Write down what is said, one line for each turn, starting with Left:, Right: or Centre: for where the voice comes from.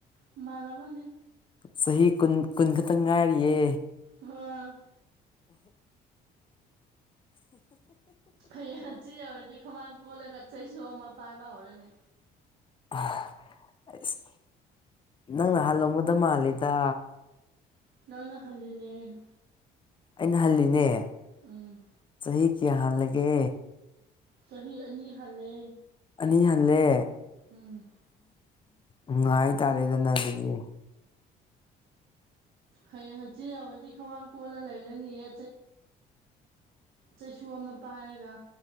Right: ꯃꯥꯂ ꯑꯃꯅ
Left: ꯆꯍꯤ ꯀꯨꯟ ꯀꯨꯟ ꯈꯛꯇꯪ ꯉꯥꯏꯔꯤꯌꯦ
Right: ꯋꯥ ꯍꯌꯦꯡꯆꯤ ꯌꯧꯔꯗꯤ ꯈꯃꯥꯡ ꯀꯣꯜꯂꯒ ꯆꯩꯁꯨ ꯑꯃ ꯄꯥꯏꯕ ꯍꯧꯔꯅꯤ
Left: ꯑꯁ ꯅꯪꯅ ꯍꯜꯂꯝꯒꯗ ꯃꯥꯜꯂꯤꯦꯗ
Right: ꯅꯪꯅ ꯍꯜꯂꯤꯅꯦ
Left: ꯑꯩꯅ ꯍꯜꯂꯤꯅꯦ
Right: ꯎꯝ
Left: ꯆꯍꯤ ꯀꯌꯥ ꯍꯜꯂꯒꯦ
Right: ꯆꯍꯤ ꯑꯅꯤ ꯍꯜꯂꯦ
Left: ꯑꯅꯤ ꯍꯜꯂꯦ
Right: ꯎꯝ
Left: ꯎꯝ ꯍꯥꯏꯇꯥꯔꯦꯗꯅ ꯑꯗꯨꯗꯤ
Right: ꯍꯌꯦꯡ ꯍꯪꯆꯤꯠ ꯌꯥꯧꯔꯗꯤ ꯈꯋꯥꯡ ꯀꯣꯟꯜꯂ ꯂꯩꯔꯅꯤꯌꯦ ꯆꯩꯁꯨ ꯑꯃ ꯄꯥꯏꯔꯒ